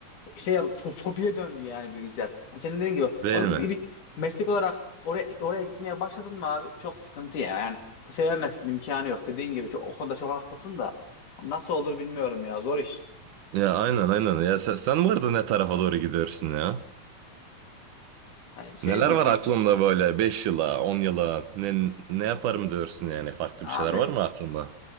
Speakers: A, on the left (about 85°); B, on the right (about 85°).
A: şey yap- fo- fobiye döndü yani bilgisayar. Yani senin dediğin gibi
B: Değil
A: o,
B: mi?
A: bir, bir meslek olarak oraya oraya gitmeye başladın mı abi çok sıkıntı ya. Yani sevemezsin imkanı yok. Dediğin gibi çok, o konuda çok haklısın da nasıl olur bilmiyorum ya zor iş.
B: Ya aynen aynen. Ya sen, sen bu arada ne tarafa doğru gidiyorsun ya?
A: Yani şey
B: Neler
A: mi?
B: var
A: He,
B: aklında böyle 5 yıla, 10 yıla ne ne yaparım diyorsun yani farklı
A: abi
B: bir şeyler var mı aklında?